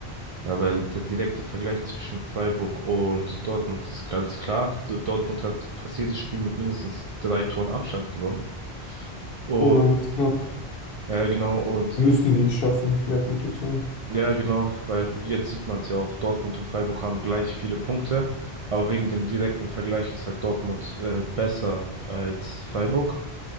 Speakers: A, on the right; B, on the left.
A: ja, weil der direkte Vergleich zwischen Freiburg und Dortmund ist ganz klar. D- Dortmund hat fast jedes Spiel mit mindestens drei Toren Abstand gewonnen. Und
B: Oh, dann wird es knapp.
A: ja, genau. Und
B: Müssen die es schaffen, mehr Punkte zu haben.
A: Ja, genau, weil jetzt sieht man es ja auch, Dortmund und Freiburg haben gleich viele Punkte, aber wegen dem direkten Vergleich ist halt Dortmund äh, besser als Freiburg.